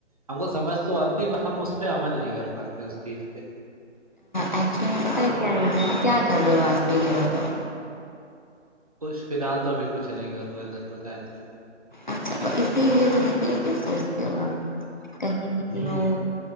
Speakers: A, on the right; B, on the left.
A: ہم کو سمجھ تو آتی ہے بس ہم اس پہ عمل نہیں کر پاتے اس چیز پہ
B: ایکچولی میں پتا ہے کیا ریزن ہے کیا کر رہے ہو آج کاہ یہ بتاؤ
A: کچھ فی الحال تو ابھی کچھ نہیں کر رہے سچ بتایا تو
B: اچھا اسی لیے تو نکلیے کہ سوچتے ہو کہیں
A: ہوں
B: نکلو